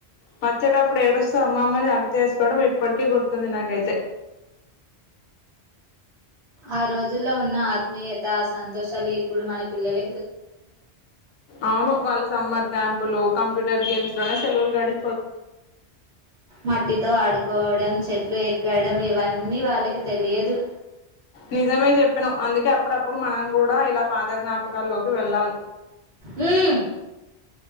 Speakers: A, on the left (about 65°); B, on the right (about 80°).
A: వచ్చ్యేటప్పుడు ఏడుస్తూ అమ్మమ్మని హగ్ చేసుకోవడం ఇప్పటికీ గుర్తుంది నాకైతే
B: ఆ రోజుల్లో ఉన్న ఆత్మీయత ఆ సంతోషాలు ఇప్పుడు మన పిల్లల
A: అవును వాళ్ళ సమ్మర్ క్యాంపులు కంప్యూటర్ గేమ్స్ లోనే సెలవులు గడి
B: మట్టితో ఆడుకోవడం చెట్లు ఎక్కడం ఇవన్నీ వాళ్ళకి తెలియదు
A: నిజమే చెప్పినవ్ అందుకే అప్పుడప్పుడు మనం కూడా ఇలా పాత జ్ఞాపకాల్లోకి వెళ్ళాలి
B: ఉమ్